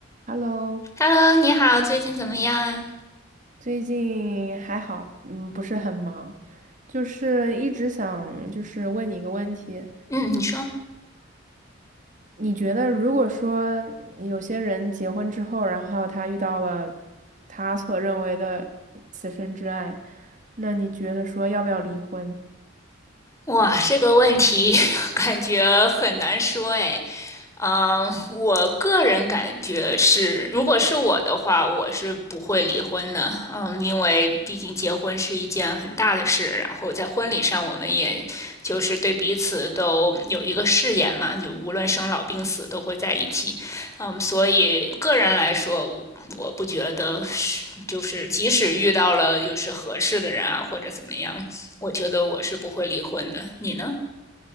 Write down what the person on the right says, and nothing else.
Hello，
最近还好，嗯，不是很忙，就是一直想就是问你一个问题，
你觉得如果说有些人结婚之后，然后他遇到了他所认为的此生之爱，那你觉得说要不要离婚？